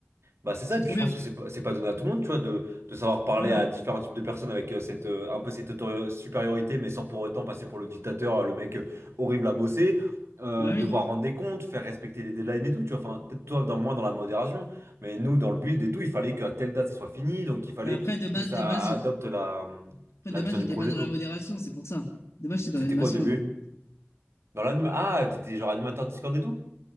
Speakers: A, on the right (about 75°); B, on the left (about 85°).
A: Bah c'est ça,
B: C'est
A: et
B: trop
A: puis je
B: bien.
A: pense que c'est pas c'est pas donné à tout le monde, tu vois, de, de savoir parler
B: Ouais, non.
A: à différents types de personnes avec euh, cette, euh, un peu cette autori- supériorité, mais sans pour autant passer pour le dictateur, euh, le mec euh, horrible à bosser, euh,
B: Bah
A: devoir
B: oui.
A: rendre des comptes, faire respecter les deadlines et tout, tu vois, enfin, peut-être toi, dans, moins dans la modération, mais nous, dans le build et tout, il fallait qu'à telle date, ça soit fini, donc il fallait
B: Après, de base,
A: que ça
B: de base,
A: adopte
B: j'ai-
A: la,
B: après,
A: la
B: de
A: vision
B: base,
A: du
B: j'étais
A: projet
B: pas dans
A: et tout.
B: la modération, c'est pour ça. De base, j'étais dans
A: C'était
B: l'animation,
A: quoi au début?
B: moi.
A: Dans l'anime... Ah, t'étais genre animateur Discord et tout?